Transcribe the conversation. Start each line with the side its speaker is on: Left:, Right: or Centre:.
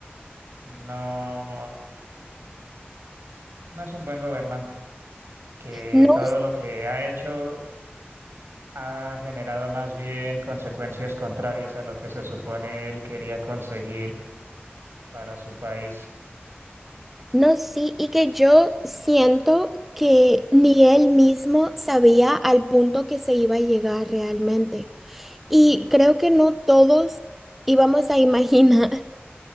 Right: no, no es un buen gobernante. que
Centre: No,
Right: todo lo que ha hecho ha generado más bien consecuencias contrarias a lo que se supone él quería conseguir para su país.
Centre: no, sí, y que yo siento que ni él mismo sabía al punto que se iba a llegar realmente. Y creo que no todos íbamos a imaginar.